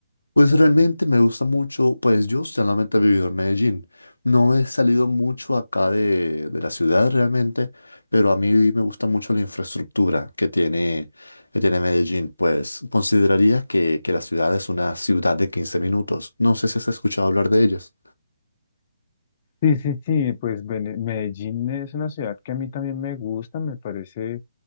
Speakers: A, on the left; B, on the left.
A: Pues realmente me gusta mucho, pues yo solamente he vivido en Medellín. No he salido mucho acá de, de la ciudad realmente, pero a mí me gusta mucho la infraestructura que tiene, que tiene Medellín. Pues consideraría que, que la ciudad es una ciudad de 15 minutos. No sé si has escuchado hablar de ellas.
B: Sí, sí, sí, pues Vene- Medellín es una ciudad que a mí también me gusta, me parece